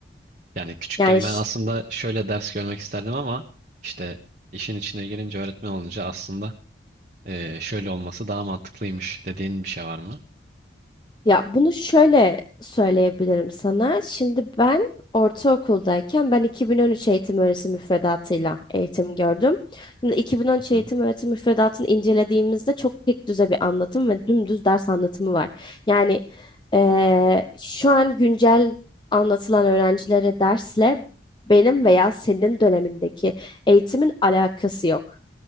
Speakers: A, on the right; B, on the left.
A: Yani küçükken
B: Yani
A: ben aslında şöyle ders görmek isterdim ama işte işin içine girince öğretmen olunca aslında eee, şöyle olması daha mantıklıymış dediğin bir şey var mı?
B: Ya bunu şöyle söyleyebilirim sana. Şimdi ben ortaokuldayken ben 2013 eğitim öğretim müfredatıyla eğitim gördüm. Şimdi 2013
A: Hı
B: eğitim
A: hı.
B: öğretim müfredatını incelediğimizde çok tek düze bir anlatım ve dümdüz ders anlatımı var. Yani eee, şu an güncel anlatılan öğrencilere dersle benim veya senin dönemindeki eğitimin alakası yok.